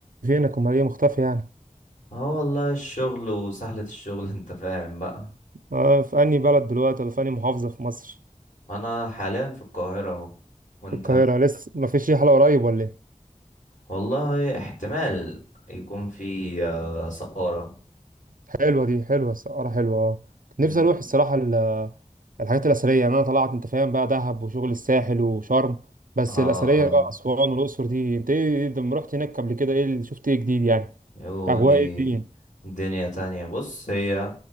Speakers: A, on the right (about 85°); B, on the left (about 65°).
A: فينك امال ايه مختفي يعني
B: اه والله الشغل وسهلة الشغل <laughs> انت فاهم بقى
A: آه في انهي بلد دلوقتي ولا في انهي محافظه في مصر
B: انا حاليا في القاهرة اهو وانت
A: في القاهره لسه ما فيش رحله قريب ولا ايه
B: والله احتمال يكون في آه، سقارة
A: حلوه دي حلوه السفاره حلوه اه
B: امم
A: نفسي اروح الصراحه ال- الحاجات الاثريه يعني انا طلعت انت فاهم بقى دهب وشغل الساحل وشرم بس
B: اه
A: الاثريه
B: اه
A: بقى اسوان والاقصر دي انت ايه لما رحت هناك قبل كده ايه اللي شفت ايه جديد يعني
B: يو
A: اجواء
B: دي
A: ايه الدنيا
B: دنيا تانية بص هي